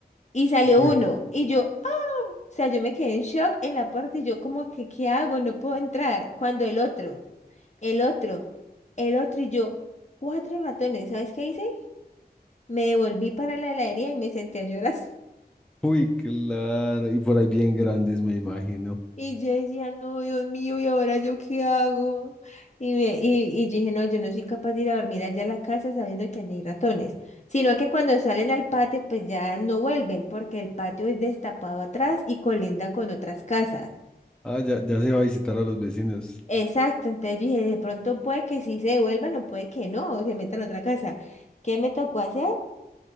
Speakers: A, on the left; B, in the centre.
A: Y salió
B: uy,
A: uno. Y yo, ¡ah! o sea, yo me quedé en shock en la puerta y yo como que, ¿qué hago? No puedo entrar. Cuando el otro, el otro, el otro y yo, cuatro ratones. ¿Sabes qué hice? Me devolví para la heladería y me senté a llorar.
B: uy, claro, y por ahí bien grandes me imagino.
A: Y yo decía, no, Dios mío, ¿y ahora yo qué hago? Y, me, y, y yo dije, no, yo no soy capaz de ir a dormir allá a la casa sabiendo que allá hay ratones. Sino que cuando salen al patio, pues ya no vuelven, porque el patio es destapado atrás y colinda con otras casas.
B: Ah, ya, ya se va a visitar a los vecinos.
A: Exacto, entonces yo dije, de pronto puede que sí se devuelvan o puede que no, se metan a otra casa. ¿Qué me tocó hacer?